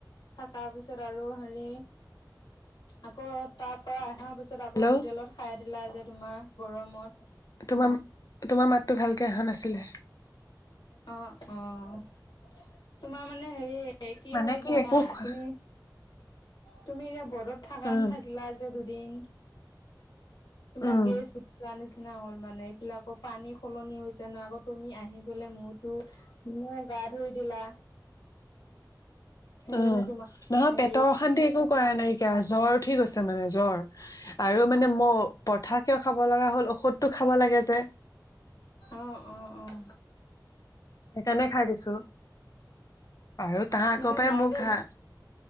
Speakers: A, on the left; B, on the left.
A: থাকা পিছত আৰু হেৰি আকৌ তাৰ পৰা অহা পিছত তাৰ পিছত আকৌ
B: হেল্ল'
A: হোটেলত খাই দিলা যে তোমাৰ গৰমত।
B: তোমাম তোমাৰ মাতটো ভালকে অহা নাছিলে।
A: অ' অ' তোমাৰ মানে হেৰি এ কি
B: মানে
A: হ'ল জানা
B: একো খোৱা
A: তুমি? তুমি এতিয়া বদত থাকান
B: উম,
A: থাকিলা যে দুদিন। তোমাৰ
B: উম,
A: গেষ্ট না হ'ল মানে এইবিলাক পানী সলনি হৈছে ন' আকৌ তুমি আহি বলে ময়োটো ময় গা ধুই দিলা। সেইকাৰণে
B: অ' নহয়
A: তোমাৰ হেৰি
B: পেটৰ অশান্তি একো। কৰা নাইকিয়া জ্বৰ উঠি গৈছে মানে জ্বৰ। আৰু মানে ম পৰঠা কিয় খাব লগা হ'ল ঔষধটো খাব লাগে যে।
A: অ ' অ ' অ '
B: সেইকাৰণে খাই দিছো আৰু তা আগয়
A: মানে
B: পাই
A: যাওঁতে
B: মোক ঘা।